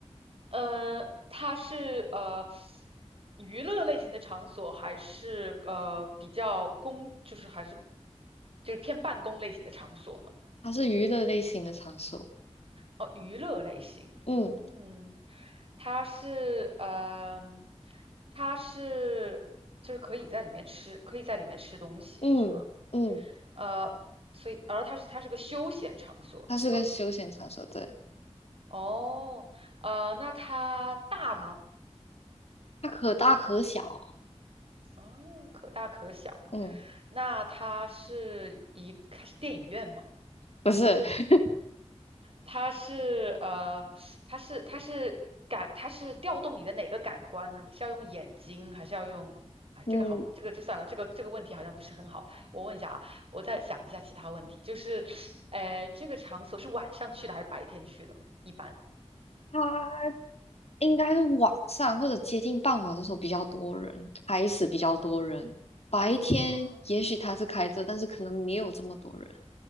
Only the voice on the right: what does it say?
呃，它是呃娱乐类型的场所，还是呃比较公，就是还是就是偏办公类型的场所呢？
哦，娱乐类型，
嗯，它是，呃，它是就是可以在里面吃，可以在里面吃东西，
是吗？呃，所以，然后它是它是个休闲场所，
是吗？
哦，呃，那它大吗？
啊，可大可小。
那它是一，它是电影院吗？
它是呃，它是它是感，它是调动你的哪个感官呢？你是要用眼睛，还是要用？哎，
这个好，这个就算了，这个这个问题好像不是很好。我问一下啊，我再想一下其他问题，就是，呃，这个场所是晚上去的还是白天去的？一般，
嗯，
哦，